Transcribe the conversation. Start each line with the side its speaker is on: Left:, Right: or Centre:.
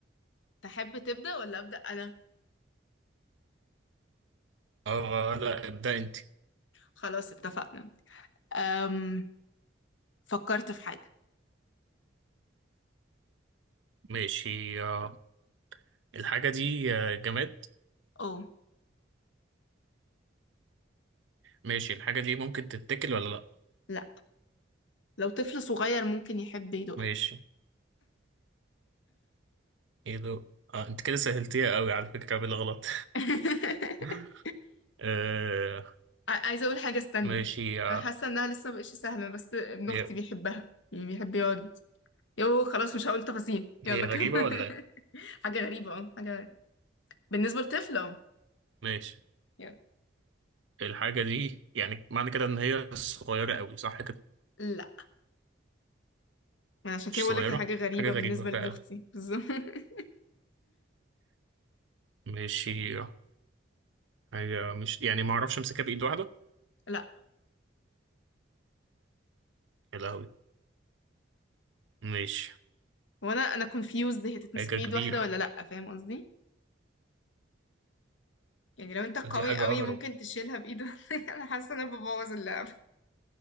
Left: تحب تبدأ ولا أبدأ انا
Right: اه لا ابدأ انت
Left: خلاص اتفقنا أم فكرت في حاجة
Right: ماشي آه الحاجة دي آه جماد
Left: اه
Right: ماشي الحاجة دي ممكن تتاكل ولا لا
Left: لا لو طفل صغير ممكن يحب يدوقها
Right: ماشي ايه ده آه انت كده سهلتيها قوي على فكرة بالغلط
Left: <laughs>
Right: <laughs> آه
Left: ع- عايزة اقول حاجة استنى
Right: ماشي آه
Left: انا حاسة انها لسه مبقتش سهلة بس ابن
Right: هي
Left: اختي بيحبها يعني بيحب يقعد يو خلاص مش هقول تفاصيل يلا
Right: هي غريبة
Left: كمل
Right: ولا ايه
Left: <laughs> حاجة غريبة اه حاجة غريبة بالنسبة لطفلة اه
Right: ماشي
Left: يلا.
Right: الحاجة دي يعني معنى كده ان هي صغيرة قوي صح كده
Left: لا ما أنا عشان
Right: مش
Left: كده بقول
Right: صغيرة
Left: لك هي حاجه غريبه
Right: حاجة غريبة
Left: بالنسبه
Right: فعلا
Left: لابن اختي بالظبط <laughs>
Right: ماشي آه، حاجة مش يعني ما اعرفش امسكها بإيد واحدة
Left: لا
Right: يا لهوي ماشي
Left: وانا انا كونفيوزد هي تتمسك
Right: حاجة
Left: بايد
Right: كبيرة
Left: واحده ولا لا فاهم قصدي يعني لو انت قوي
Right: ودي حاجة
Left: قوي
Right: أغرب
Left: ممكن تشيلها بايد واحدة. <laughs> انا حاسه ان انا ببوظ اللعبه